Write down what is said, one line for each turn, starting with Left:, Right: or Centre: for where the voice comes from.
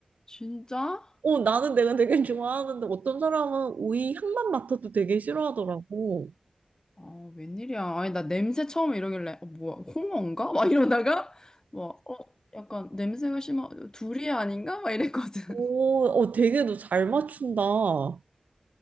Left: 진짜?
Right: 어, 나는 내가 되게 좋아하는데 어떤 사람은 오이 향만 맡아도 되게 싫어하더라고.
Left: 아, 웬일이야. 아니, 나 냄새 처음에 이러길래, 어, 뭐야, 홍어인가? <laughs> 막 이러다가, 뭐, 어, 약간 냄새가 심하, 둘이 아닌가? 막 이랬거든. <laughs>
Right: 오, 어, 되게 너 잘 맞춘다. 어,